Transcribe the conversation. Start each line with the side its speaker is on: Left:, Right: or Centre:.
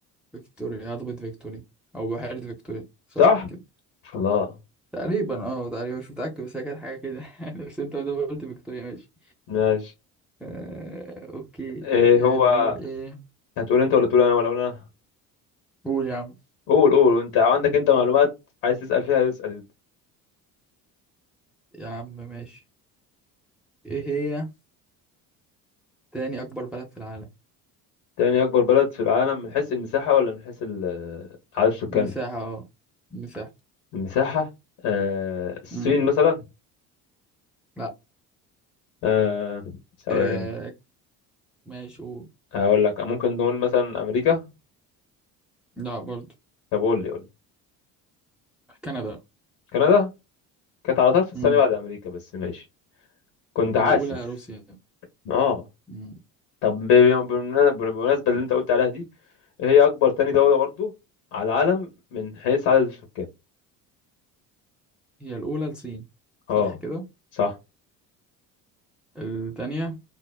Centre: فيكتوريا هضبة فيكتوريا او بحيرة فيكتوريا صح
Left: صح
Centre: كده
Left: الله
Centre: تقريبا اه تقريبا مش متأكد بس هي كانت حاجة كده <laughs> يعني. بس انت ما دام قلت فيكتوريا ماشي
Left: ماشي
Centre: آه، اوكي
Left: ايه
Centre: إيه
Left: هو
Centre: نقول ايه
Left: هتقول انت ولا تقول انا ولا اقول انا
Centre: قول يا عم
Left: قول قول انت عندك انت معلومات عايز تسأل فيها اسأل
Centre: يا عم ماشي ايه هي تاني اكبر بلد في العالم
Left: تاني اكبر بلد في العالم من حيث المساحة ولا من حيث ال- آه، عدد السكان
Centre: مساحة اه مساحة
Left: المساحة آه الصين
Centre: مم.
Left: مثلا
Centre: لا
Left: آه ثواني
Centre: آه، ماشي قول
Left: هقول لك ممكن نقول مثلا امريكا
Centre: لا برضو
Left: طب قول لي قول لي
Centre: كندا
Left: كندا كانت على طرف الثانية
Centre: مم.
Left: بعد امريكا بس ماشي كنت حاسس
Centre: الأولى روسيا
Left: اه
Centre: مم.
Left: طب ب- ب- بالمنا- بالمناسبة اللي انت قلت عليها دي هي اكبر تاني دولة برضو على العالم من حيث عدد السكان
Centre: هي الأولى الصين
Left: اه
Centre: صح كده
Left: صح
Centre: التانية